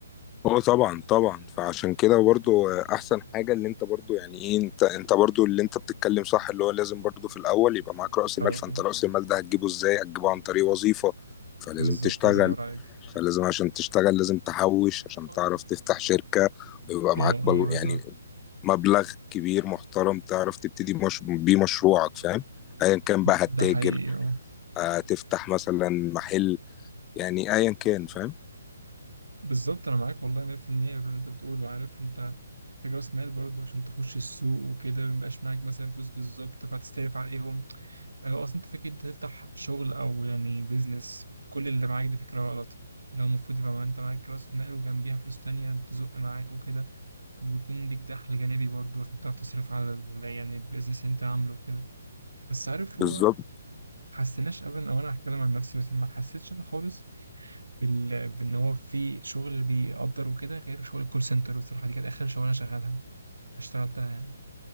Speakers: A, on the left; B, on the right.
A: هو طبعا طبعا فعشان كده برضو احسن حاجه اللي انت برضو يعني ايه انت انت برضو اللي انت بتتكلم صح اللي هو لازم برضو في الاول يبقى معاك راس مال
B: اه
A: فانت
B: اه
A: راس المال ده هتجيبه ازاي هتجيبه عن طريق وظيفه فلازم
B: بالظبط
A: تشتغل
B: الله ينور عليك
A: فلازم عشان تشتغل لازم تحوش عشان
B: اه
A: تعرف تفتح شركة ويبقى
B: اه
A: معاك بل
B: بالظبط
A: يعني مبلغ كبير محترم تعرف تبتدي مش... بيه مشروعك فاهم ايا كان بقى هتتاجر
B: ده حقيقي اه
A: آه، تفتح مثلا محل يعني ايا كان فاهم
B: بالظبط انا معاك والله 100% باللي انت بتقوله عارف انت محتاج راس مال برضه عشان تخش السوق وكده ميبقاش معاك مثلا فلوس بالظبط فهتستلف عليهم هو أصلا أنت فكرة أنت تفتح شغل أو يعني بيزنس بكل اللي معاك دي فكرة غلط لو المفروض يبقى مع- أنت معاك رأس مال وجنبيها فلوس تانية تزق معاك وكده ويكون ليك دخل جانبي برضه عشان تعرف تصرف على ال- يعني البيزنس اللي أنت عامله وكده بس عارف هو
A: بالظبط
B: ما حسيناش أبدا أو أنا هتكلم عن نفسي بس ما حسيتش أنا خالص بال... بإن هو في شغل بيقدر وكده غير شغل الكول سنتر بصراحة دي كانت آخر شغلانة شغالها اشتغلتها يعني